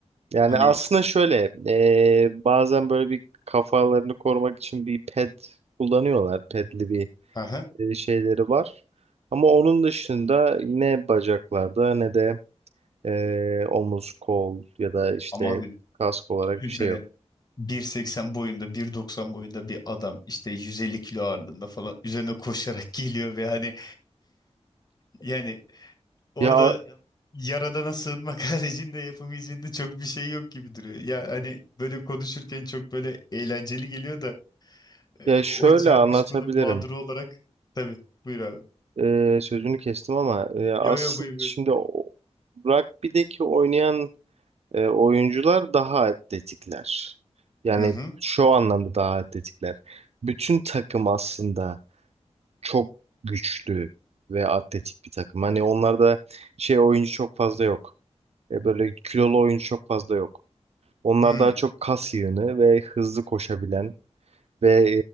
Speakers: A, on the right; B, on the left.
A: Yani
B: Hani
A: aslında şöyle eee, bazen böyle bir kafalarını korumak için bir pet kullanıyorlar. Petli bir
B: aha,
A: e, şeyleri var. Ama onun dışında ne bacaklarda ne de eee, omuz, kol ya da işte
B: ama abi
A: kask olarak
B: düşünsene
A: bir şey yok.
B: 1.80 boyunda 1.90 boyunda bir adam işte 150 kilo ağırlığında falan üzerine koşarak <laughs> geliyor ve hani yani orada
A: Ya
B: yaradana sığınmak <laughs> haricinde yapabileceğinde çok bir şey yok gibi duruyor. Ya hani böyle konuşurken çok böyle eğlenceli geliyor da e,
A: ya
B: o
A: şöyle
B: çarpışmanın
A: anlatabilirim.
B: mağduru olarak tabii buyur abi.
A: e, sözünü kestim ama e, aslında
B: Yo yo buyur buyur.
A: şimdi o- rugby'deki oynayan e, oyuncular daha atletikler. Yani
B: Hı hı.
A: şu anlamda daha atletikler. Bütün takım aslında çok güçlü ve atletik bir takım. Hani onlarda şey oyuncu çok fazla yok. E, böyle kilolu oyuncu çok fazla yok. Onlar
B: Hmm.
A: daha çok kas yığını ve hızlı koşabilen ve